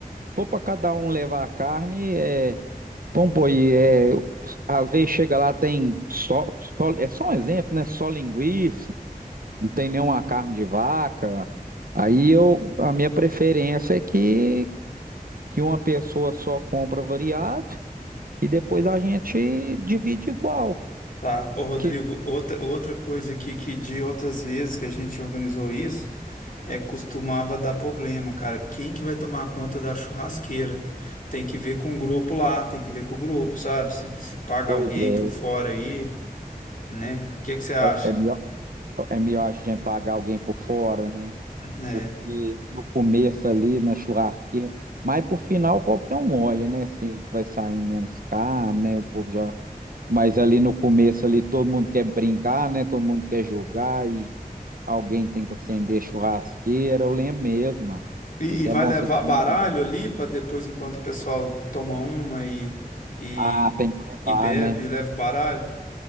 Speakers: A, on the right; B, on the left.
A: for para cada um levar a carne, é Bom, pô, e é, eu- às vezes chega lá, tem só, só- é só um exemplo, né? Só linguiça, não tem nenhuma carne de vaca. Aí eu, a minha preferência é que, que uma pessoa só compra variado e depois a gente divide igual.
B: Tá, ô Rodrigo,
A: Que,
B: outra, outra coisa aqui que de outras vezes que a gente organizou isso, é costumava dar problema, cara. Quem que vai tomar conta da churrasqueira? Tem que ver com o grupo lá, tem que ver com o grupo, sabe? Se, se paga
A: pois
B: alguém
A: é,
B: por fora aí, né? O que que você acha?
A: é melhor, é melhor a gente pagar alguém por fora, né?
B: É,
A: Porque no começo ali, na churrasqueira, mas pro final qualquer um olha, né? Se vai sair menos carne, né? O povo já Mas ali no começo ali todo mundo quer brincar, né? Todo mundo quer jogar e alguém tem que acender churrasqueira. Eu lembro mesmo, mano.
B: E,
A: Foi até
B: e vai
A: bom
B: levar
A: você ter
B: baralho
A: lembrado.
B: ali para depois, enquanto o pessoal toma uma e, e,
A: Ah, tem que levar,
B: e bebe,
A: né?
B: e leva o baralho?